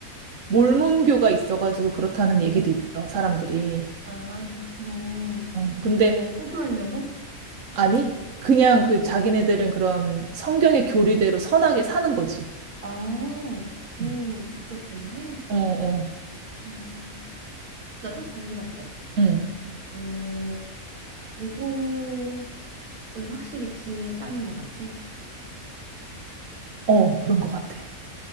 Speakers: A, on the right; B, on the right.
A: 몰몬교가 있어가지고 그렇다는 얘기도
B: 어,
A: 있어, 사람들이.
B: 아, 그렇구나.
A: 어, 근데,
B: 왜, 포기하려고?
A: 아니, 그냥 그 자기네들은 그런 성경의 교리대로 선하게 사는 거지.
B: 아, 그
A: 응.
B: 목적 때문에?
A: 어, 어,
B: 그렇구나. 나 또 궁금한 거.
A: 응.
B: 어, 미국은 확실히 기회의 땅인 것 같아.
A: 어, 그런 것 같아.